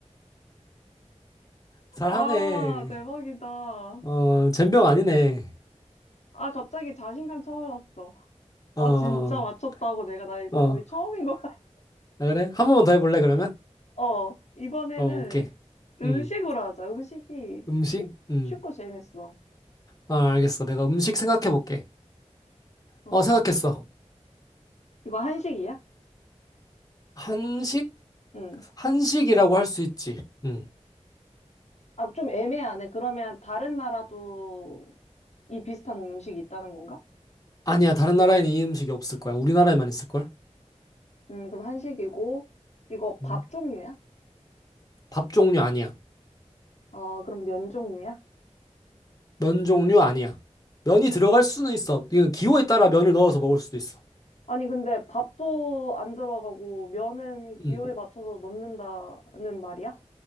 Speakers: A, on the left; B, on the left.
A: 잘하네.
B: 아, 대박이다.
A: 어, 젬병 아니네.
B: 아, 갑자기 자신감 차올랐어.
A: 어,
B: 아,
A: 어.
B: 진짜 맞췄다고 내가 나 이거
A: 아,
B: 거의 처음인 거
A: 그래? 한 번만 더 해볼래, 그러면?
B: 어, 이번에는
A: 어, 오케이.
B: 음식으로
A: 음.
B: 하자. 음식이
A: 음식?
B: 쉽,
A: 음.
B: 쉽고 재밌어.
A: 아, 알겠어. 내가 음식 생각해볼게.
B: 어,
A: 어, 생각했어.
B: 이거 한식이야?
A: 한식?
B: 응.
A: 한식이라고 할 수 있지. 음.
B: 아, 좀 애매하네. 그러면 다른 나라도 이 비슷한 음식이 있다는 건가?
A: 아니야, 다른 나라에는 이 음식이 없을 거야. 우리나라에만 있을걸?
B: 음, 그럼 한식이고, 이거 밥
A: 음.
B: 종류야?
A: 밥 종류 아니야.
B: 아, 그럼 면 종류야?
A: 면 종류 아니야. 면이 들어갈 수는 있어. 이거 기호에 따라 면을 넣어서 먹을 수도 있어.
B: 아니, 근데 밥도 안 들어가고, 면은 기호에
A: 응,
B: 맞춰서 넣는다는 말이야?